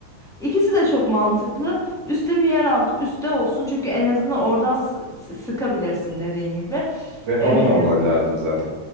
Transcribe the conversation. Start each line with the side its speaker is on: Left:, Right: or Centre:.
Centre: İkisi de çok mantıklı. Üste mi yer alt? Üste olsun çünkü en azından oradan s- s- sıkabilirsin dediğin gibi.
Right: Ve hava
Centre: Ee, hani,
Right: da alman lazım zaten.